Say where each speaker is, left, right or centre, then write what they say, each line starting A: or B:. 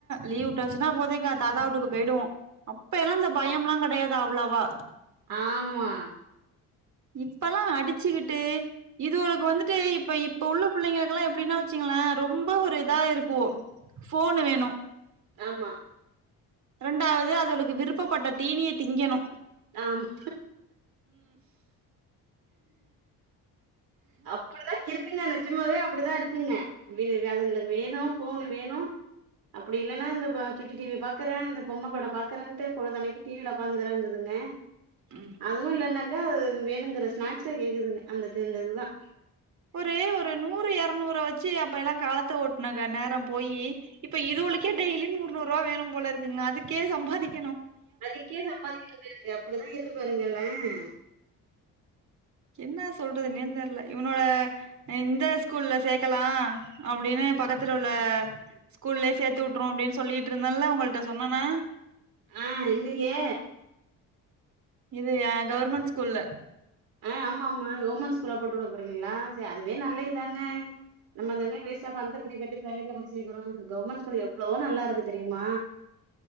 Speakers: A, on the right; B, on the right.
A: லீவ் விட்டாச்சுன்னா போது எங்க தாத்தா வுட்டுக்கு போயிடுவோ அப்பயெல்லா இந்த பயம் எல்லா கிடையாதா உள்ளவா
B: ஆமா
A: இப்பல்லா அடிச்சுக்கிட்டு இதுவளுக்கு வந்துட்டு இப்ப இப்ப உள்ள பிள்ளைங்கக்கெல்லா எப்டின்னா வச்சுங்களே ரொம்ப ஒரு இதா இருக்கு ஃபோனு வேணு
B: ஆமா
A: ரெண்டாவது அதுகளுக்கு விருப்பப்பட்ட தீனிய திங்கணு
B: ஆமா அப்டிதா இருக்குங்கனே ஜிம்மாவே அப்பிடிதா இருக் குங்க விது வெதுங்குளுக்கு வேணு ஃபோனு வேணு அப்டி இல்லன்னா இந்த பா சுட்டி டிவிய பாக்குறான் இந்த பொம்மப் படம் பாக்குறேன்ட்டு பொழுதன்னைக்கு டிவில உட்காந்துக்கறங்குறதுங்க
A: ம்
B: அதுவும் இல்லேனாக்க வேணுங்குற ஸ்நாக்ஸ கேக்குதுங்க அந்த தின்றது தான்
A: ஒரு ஒரு நூறு எரநூற வச்சு அப்ப எல்லாம் காலத்த ஓட்னக்க நேரோம் போயி இப்ப இதுவுளுக்கே டெய்லி நூறு நூறு ரூவா வேணும் போலருக்குங்க அதுக்கே சம்பாதிக்
B: அதுக்கே சம்பாதிக்கினன்னு இருக்கு அப்புடிதான் இருக்கு பாருங்களேன்
A: என்னா சொல்றதுனே தெர்ல இவன் ன்னோட எந்த ஸ்கூல்ல சேக்கலாம் அப்டின்னு பக்கத்துல உள்ள ஸ்கூல்லயே சேர்த்து உட்டுறுவோம் அப்டின் சொல்லிடிருந்தனல்ல உங்கள்ட்ட சொன்னேனா
B: ஆ இன்னிகே
A: இது ஆ கவுர்மெண்ட் ஸ்கூல்ல
B: ஆ ஆமா கவுர்மெண்ட் ஸ்கூல்ல போட்டுடபோறீங்களா சர்ரி அதுவே நல்ல இதாங்க நம்ம தாங்க வேஸ்ட்டா பணத்த கொண்டி கட்டி ப்ரைவேட்ல கொண்டி சேர்க்குறோம் கவர்மெண்ட் ஸ் ல்லு எவ்ளோ நல்லாருக்கு தெரியுமா